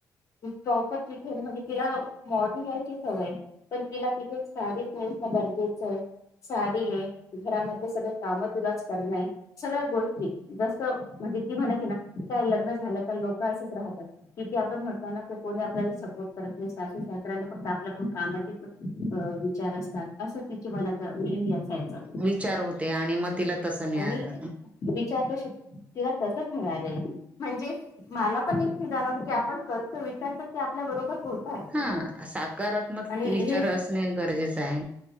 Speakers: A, on the left; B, on the right.
A: प्रॉपर तिथे म्हणजे तिला <unintelligible> जायची सवय पण तिला तिथेच साडी नेसणं गरजेचं आहे. साडी आहे. घरामधले सगळे काम तिलाच करणं आहे. सगळ्या गोष्टी जसं म्हणजे ती म्हणत होती ना. काय लग्न झालं का लोक असेच राहतात. किती आपण म्हटल ना तर कोणी आपल्याला सपोर्ट करत नाही. सासू सासऱ्यांना फक्त आपल्या आपल्या कामाची अ विचार असतात. असं तिच्या मनात नेहमी असायचं.
B: विचार होते आणि मग तिला तस मिळालं.
A: आणि विचार जसे तिला तसच मिळालेल. म्हणजे मला पण एके जाणवलं की आपण करतो विचारतो ते आपल्या बरोबर होत. आहे.
B: हा सकारात्मक
A: आणि
B: विचार
A: हेच
B: असणे गरजेचं आहे.